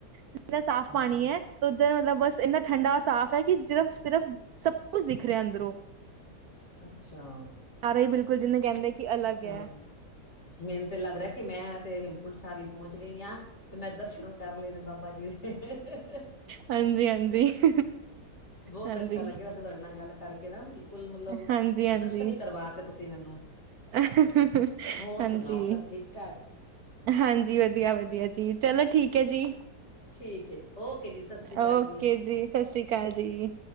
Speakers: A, on the right; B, on the left.
A: ਇਨਾ ਸਾਫ਼ ਪਾਣੀ
B: ਹਾਂ
A: ਹੈ। ਉਧਰ ਮਤਲਬ ਬਸ ਇੰਨਾ ਠੰਡਾ ਔਰ ਸਾਫ ਹੈ ਕਿ ਸਿਰਫ਼- ਸਿਰਫ਼ ਸਭ ਕੁਝ ਦਿੱਖ ਰਿਹਾ ਅੰਦਰੋਂ <inaudible>
B: ਅੱਛਾ
A: ਅਰੇ ਬਿਲਕੁਲ ਜਿਨੇ ਕਹਿੰਦੇ। ਕਿ ਅਲੱਗ
B: ਅੱਛਾ
A: ਹੈ
B: ਮੈਨੂੰ ਤੇ ਲੱਗਦਾ ਕਿ ਮੈਂ ਤੇ ਹੇਮਕੁੰਟ ਸਾਹਿਬ ਹੀ ਪਹੁੰਚ ਗਈ ਆਂ। ਤੇ ਮੈਂ ਦਰਸ਼ਨ ਕਰ ਲੈ ਨੇ ਬਾਬਾ ਜੀ ਦੇ <inaudible>
A: ਹਾਂਜੀ ਹਾਂਜੀ
B: ਬਹੁਤ
A: ਹਾਂਜੀ,
B: ਅੱਛਾ ਲੱਗਿਆ ਵੈਸੇ ਤੁਹਾਡੇ ਨਾਲ ਗੱਲ ਕਰਕੇ ਨਾ ਬਿਲਕੁਲ ਮਤਲਬ
A: ਹਾਂਜੀ, ਹਾਂਜੀ,
B: ਦਰਸ਼ਨ ਹੀ ਕਰਵਾ ਤੇ ਤੁਸੀਂ ਮੈਨੂੰ
A: <inaudible>
B: ਹੋਰ
A: ਹਾਂਜੀ
B: ਸੁਣਾਓ ਸਭ ਠੀਕ ਠਾਕ
A: ਹਾਂਜੀ ਵਧੀਆ-ਵਧੀਆ ਜੀ ਚਲੋ ਠੀਕ ਹੈ ਜੀ।
B: ਠੀਕ ਜੀ ਓਕੇ ਜੀ। ਸਤਿ ਸ੍ਰੀ ਅਕਾਲ
A: ਓਕੇ ਜੀ ਸਤਿ ਸ਼੍ਰੀ ਅਕਾਲ ਜੀ।